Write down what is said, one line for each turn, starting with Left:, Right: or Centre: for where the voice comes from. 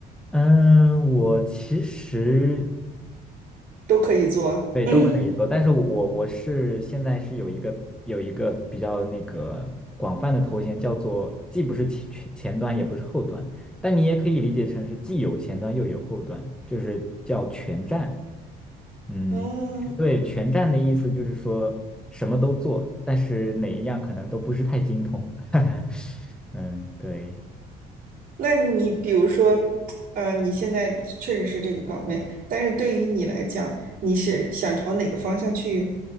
Centre: 嗯，我其实
Right: 都可以做。
Centre: 对，
Right: <laughs> 嗯
Centre: 都可以做，但是我我我是现在是有一个有一个比较那个广泛的头衔，叫做既不是前前端，也不是后端，但你也可以理解成是既有前端又有后端，就是叫全站。嗯，
Right: 嗯。
Centre: 对，全站的意思就是说什么都做，但是哪一样可能都不是太精通。<laughs> 嗯，对。
Right: 那你比如说，呃，你现在确实是这个岗位，但是对于你来讲，你是想朝哪个方向去